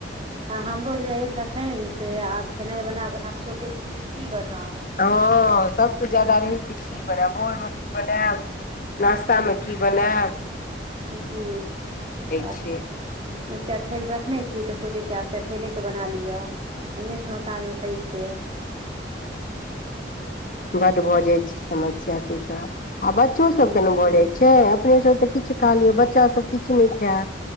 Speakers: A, on the right; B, on the left.
A: आ हमरो जे अइछ अखैन से आब खेनाई बनाब उहै सोचै छी कि की बनाउ।
B: हँ सबसऽ ज्यादा रहै छै की बनैब भोर में की बनैब नाश्ता में की बनैब।
A: जी आ
B: छै
A: चठैल रखने छी तऽ सोचै छियै आब चठैलेके बना लियअ। अन्ने छलौँ साँझमे खरीदके।
B: बड भऽ जाय छै समस्या से सब आ बच्चो सबके
A: जी
B: न भऽ जाय छै अपने सब तऽ किछ खा लियअ बच्चा सब किछ नैय खै